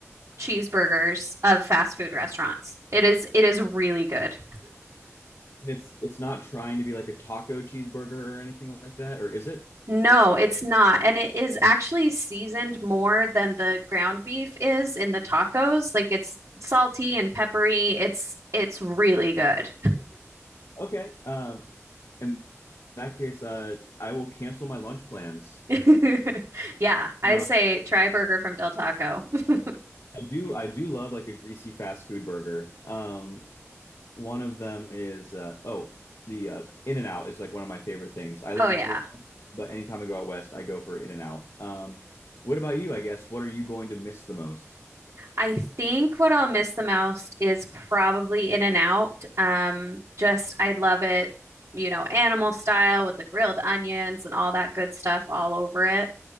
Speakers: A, on the right; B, on the left.
A: cheeseburgers of fast food restaurants. It is it is really good.
B: And It's it's not trying to be like a taco cheeseburger or anything like that, or is it?
A: No, it's not. And it is actually seasoned more than the ground beef is in the tacos. Like it's salty and peppery. It's it's really good.
B: Okay. Um, in that case, uh, I will cancel my lunch plans.
A: <laughs> Yeah, I
B: Uh,
A: say try burger from Del Taco. <laughs>
B: I do, I do love like a greasy fast food burger. Um, one of them is uh, oh, the uh, In-N-Out is like one of my favorite things. I live
A: Oh
B: in
A: yeah.
B: Florida, but anytime I go out west, I go for In-N-Out. Um, what about you, I guess? What are you going to miss the most?
A: I think what I'll miss the most is probably In-N-Out. Um, just I love it, you know, animal style with the grilled onions and all that good stuff all over it.